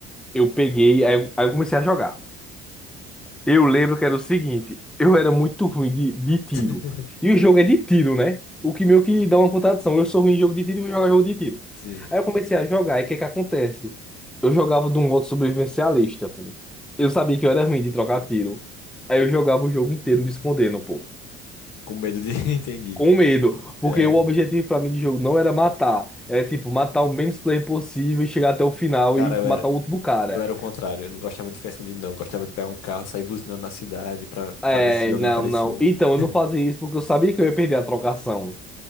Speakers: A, in the centre; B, on the left.
A: Eu peguei, aí eu, aí eu comecei a jogar. Eu lembro que era o seguinte, eu era muito ruim de, de tiro.
B: <laughs>
A: E o jogo é de tiro, né? O que meio que dá uma contradição. Eu sou ruim em jogo de tiro e vou jogar jogo de tiro.
B: Sim,
A: Aí eu comecei a jogar, e o que é que acontece? Eu jogava de um modo sobrevivencialista, pô. Eu sabia que eu era ruim de trocar tiro. Aí eu jogava o jogo inteiro me escondendo, pô.
B: com medo de... <laughs> Entendi.
A: Com medo, porque
B: É,
A: o objetivo pra mim do jogo não era matar, era tipo matar o menos player possível e chegar até o final
B: cara,
A: e
B: eu
A: matar
B: era,
A: o último cara.
B: eu era o contrário. Eu não gostava de ficar escondido, não. Eu gostava de pegar um carro, sair buzinando na cidade pra,
A: É,
B: pra ver se alguém
A: não,
B: aparecia.
A: não. Então, eu
B: <laughs>
A: não fazia isso porque eu sabia que eu ia perder a trocação.